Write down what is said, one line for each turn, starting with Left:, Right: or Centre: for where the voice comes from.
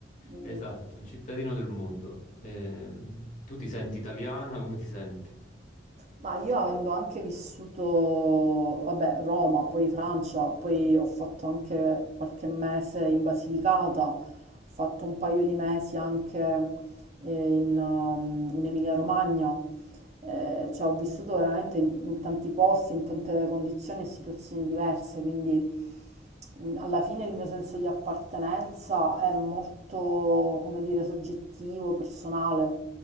Right: Mm, mm.
Left: esatto, un cittadino del mondo. Ehm, tu ti senti italiana? Come ti senti?
Right: Ma io avendo anche vissuto, vabbè, Roma, poi Francia, poi ho fatto anche qualche mese in Basilicata, ho fatto un paio di mesi anche eh, in, um, in Emilia-Romagna. eh, cioè ho vissuto veramente in, in tanti posti, in tante condizioni e situazioni diverse, quindi mm, alla fine il mio senso di appartenenza è molto, come dire, soggettivo, personale,